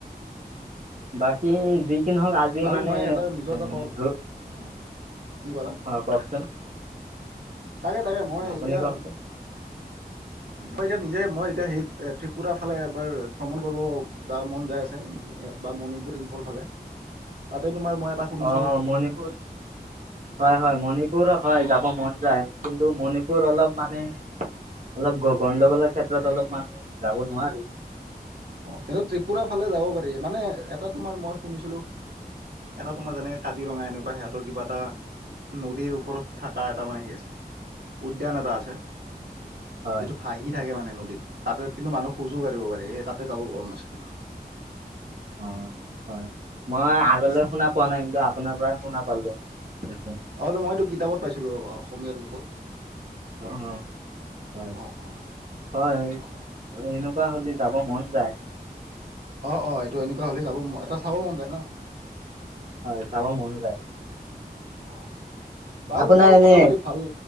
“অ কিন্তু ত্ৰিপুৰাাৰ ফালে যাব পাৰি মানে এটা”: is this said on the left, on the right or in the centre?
Right